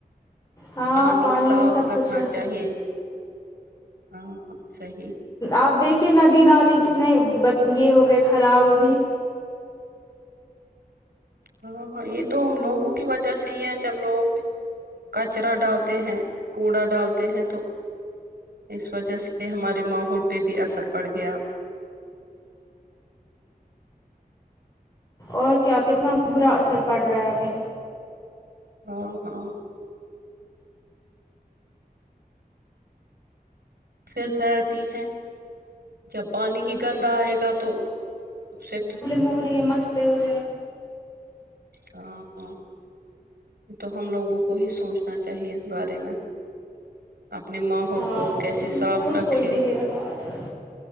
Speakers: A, on the left; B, on the right.
A: ہاں
B: پانی صاف
A: ہی سب کچھ
B: رکھنا
A: ہے
B: چاہیے ہاں ہاں صحیح
A: اپ دیکھیے ندی نالی کتنے یہ ہو گئے خراب ابھی
B: ہاں ہاں یہ تو لوگوں کی وجہ سے ہی ہے جب لوگوں کی کچرا ڈالتے ہیں کوڑا ڈالتے ہیں تو اس وجہ سے ہمارے ماحول پہ بھی اثر پڑ گیا
A: اور کیا کتنا برا اثر پڑ رہا ہے ابھی
B: ہاں ہاں پھر پھیلتی ہے جب پانی ہی گندا ائے گا تو اس سے تو
A: مھووری ہے مست پ اور
B: ہاں ہاں تو ہم لوگوں کو ہی سوچنا چاہیے اس بارے میں اپنے ماحول
A: ہاں
B: کو کیسے
A: لیکن
B: صاف
A: سوچ
B: رکھے
A: کوئی نہیں رہا اج کل